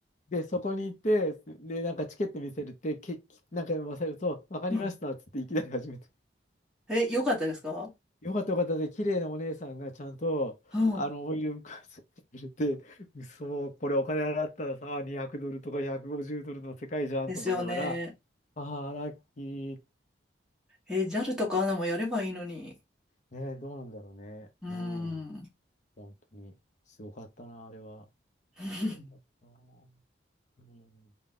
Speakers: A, on the left; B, in the centre.
A: で、そこに行って、で、なんかチケット見せるって、け、なんか忘れると、わかりましたっつっていきなり始めて
B: うん。え、良かったですか
A: よかったよかったで、綺麗なお姉さんがちゃんと、
B: うん。
A: あの、オイル浮かせてくれて、嘘、これお金払ったらさ、200ドルとか150ドルの世界じゃんと思いながら、
B: ですよね。
A: ああ、ラッキー。
B: えー、j a とか a n もやればいいのに。
A: ね、どうなんだろうね。
B: うーん。
A: うん。本当に。すごかったな、あれは。
B: <laughs>
A: 気持ちよかったな。うん。